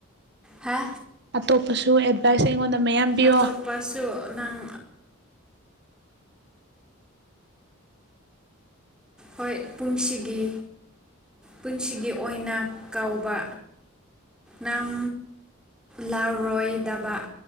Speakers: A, in the centre; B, on the right.
A: ꯍꯥ
B: ꯑꯇꯣꯞꯄꯁꯨ ꯑꯦꯗꯚꯥꯏꯁ ꯑꯩꯉꯣꯟꯗ ꯃꯌꯥꯝ ꯄꯤꯌꯣ
A: ꯑꯇꯣꯞꯄꯁꯨ ꯅꯪ ꯍꯣꯏ ꯄꯨꯟꯁꯤꯒꯤ ꯄꯨꯟꯁꯤꯒꯤ ꯑꯣꯏꯅ ꯀꯧꯕ ꯅꯝ ꯂꯥꯔꯣꯏ ꯗꯕ